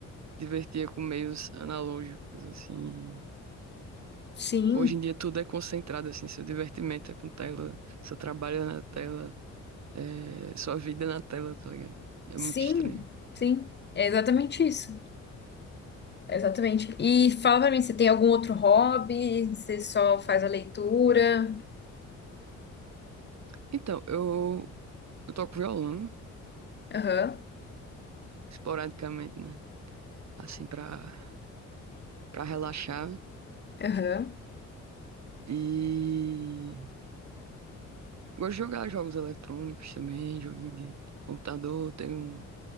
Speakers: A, on the right (about 65°); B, on the left (about 35°).
A: divertia com meios analógicos, assim.
B: Sim,
A: Hoje em dia tudo é concentrado, assim. Seu divertimento é com tela, seu trabalho é na tela, é, sua vida é na tela, tá ligado? É
B: sim,
A: muito estranho.
B: sim. É exatamente isso. É Exatamente. E fala pra mim, você tem algum outro hobby? Você só faz a leitura?
A: Então, eu, eu toco violão.
B: Aham.
A: esporadicamente, né? Assim, pra, pra relaxar.
B: Aham.
A: E gosto de jogar jogos eletrônicos também, joguinho de computador, tem o,